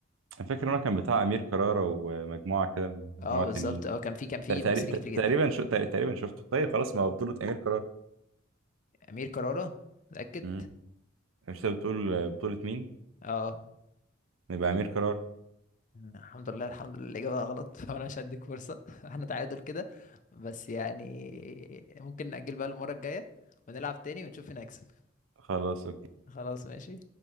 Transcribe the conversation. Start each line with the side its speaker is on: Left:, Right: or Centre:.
Right: انا فاكر إن هو كان بتاع امير كرارة ومجموعة كده
Left: اه
Right: مجموعة
Left: بالظبط
Right: تانيين
Left: اه كان في كان في
Right: تقريبا
Left: ممثلين كتير جدا
Right: تقريبا شو- تقريبا شفته طيب خلاص ما هو بطولة أمير قرار
Left: امير كرارة متاكد
Right: امم مش انت بتقول بطولة مين
Left: اه
Right: نبقى أمير قرار
Left: الحمد لله الحمد لله الاجابه غلط <laughs> وانا مش هديك فرصه <laughs> احنا تعادل كده بس يعني ممكن نأجل بقى المره الجايه ونلعب تاني ونشوف مين هيكسب
Right: خلاص
Left: خلاص ماشي